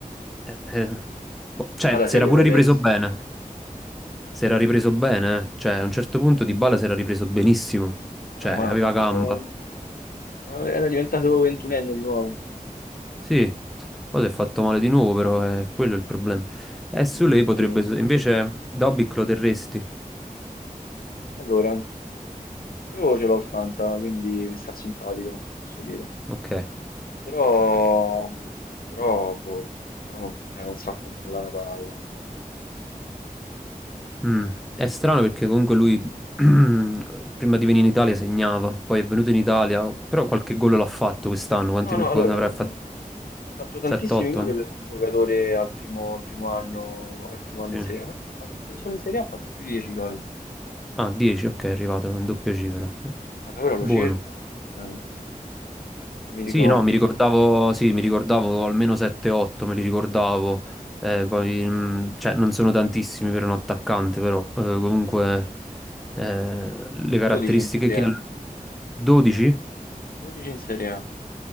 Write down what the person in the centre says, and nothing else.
eh, eh, cioè,
si
era pure
ripreso bene.
Si era ripreso bene, eh. Cioè a un certo punto Dybala si era ripreso benissimo, cioè
aveva
gamba.
Sì, poi si è fatto male di nuovo, però è quello è il problema.
E su
lei
potrebbe... so-, Invece Dobic lo terresti?
Ok.
Mm,
È strano perché comunque lui <clears throat> prima di venire in Italia segnava, poi è venuto in Italia, però qualche gol l'ha fatto quest'anno, quanti
co-
ne avrà
fatto?
7-8?
Sì.
Ah, 10, ok, è arrivato in doppia cifra.
Buono.
Sì, no, mi ricordavo, sì, mi ricordavo almeno 7-8, me li ricordavo. Eh, poi, mm, cioè, non sono tantissimi per un attaccante, però eh, comunque eh, le caratteristiche
che
ha... 12?